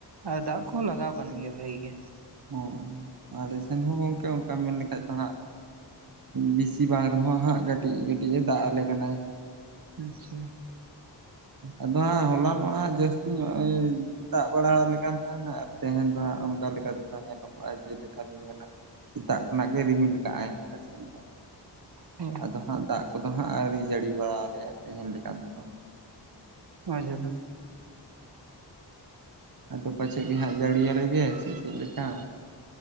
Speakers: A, on the right; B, on the right.
A: ᱟᱨ ᱫᱟᱜ ᱠᱚ ᱞᱟᱜᱟᱣ ᱟᱠᱟᱱ ᱜᱮᱭᱟ ᱵᱷᱟᱜᱮᱹ ᱜᱮ ᱾
B: ᱚᱸ, ᱟᱞᱮ ᱥᱮᱱ ᱦᱚᱸ ᱜᱚᱝᱠᱮ ᱚᱱᱠᱟ ᱢᱮᱱ ᱞᱮᱠᱷᱟᱡ ᱫᱚ ᱦᱟᱸᱜ ᱵᱤᱥᱤ ᱵᱟᱝ ᱨᱮᱦᱚᱸ ᱦᱟᱸᱜ ᱠᱟᱹᱴᱤᱡ ᱠᱟᱹᱴᱤᱡ ᱮ ᱫᱟᱜ ᱟᱞᱮ ᱠᱟᱱᱟ ᱾
A: ᱟᱸᱪᱼᱪᱷᱟ ᱾
B: ᱟᱫᱚ ᱦᱟᱸᱜ ᱦᱚᱞᱟᱱᱚᱜᱼᱟ ᱦᱟᱸᱜ ᱡᱟᱹᱥᱛᱤ ᱧᱚᱜ ᱮᱻ ᱫᱟᱜ ᱵᱟᱲᱟ ᱟᱞᱮᱠᱟᱱ ᱛᱟᱦᱮᱱᱟ ᱟᱨ ᱛᱮᱸᱦᱮᱸ ᱫᱚ ᱦᱟᱸᱜ ᱚᱱᱠᱟ ᱞᱮᱠᱟ ᱞᱮᱠᱟᱛᱮᱫ ᱧᱮᱞᱚᱜᱚᱜᱼᱟ ᱡᱮᱞᱮᱠᱟ ᱞᱤᱧ ᱢᱮᱱᱟᱼᱼ ᱥᱮᱛᱟᱜ ᱠᱷᱚᱱᱟᱜ ᱜᱮ ᱨᱤᱢᱤᱞ ᱠᱟᱜᱼ ᱟᱭ ᱟᱞᱮ ᱥᱮᱱ ᱫᱚ᱾
A: ᱦᱮᱸ,
B: ᱟᱫᱚ ᱦᱟᱸᱜ ᱫᱟᱜ ᱠᱚᱫᱚ ᱦᱟᱸᱜ ᱟᱹᱣᱨᱤ ᱡᱟᱹᱲᱤ ᱵᱟᱲᱟ ᱟᱞᱮᱭᱟᱭ ᱛᱮᱦᱮᱧ ᱞᱮᱠᱟ ᱛᱮᱫᱚ᱾
A: ᱚ ᱡᱟᱞᱮ,
B: ᱟᱫᱚ ᱯᱟᱪᱮᱜ ᱜᱮ ᱦᱟᱸᱜ ᱡᱟᱹᱲᱤᱭᱟᱞᱮᱜᱮ ᱥᱮ ᱪᱮᱫᱮ ᱞᱮᱠᱟ,